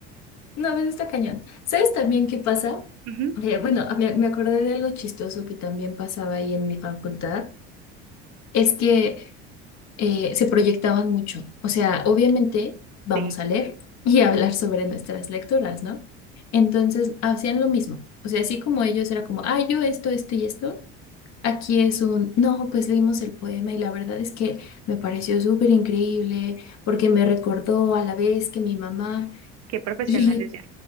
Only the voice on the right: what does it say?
Ujú,
sí,
qué profesionales
ya.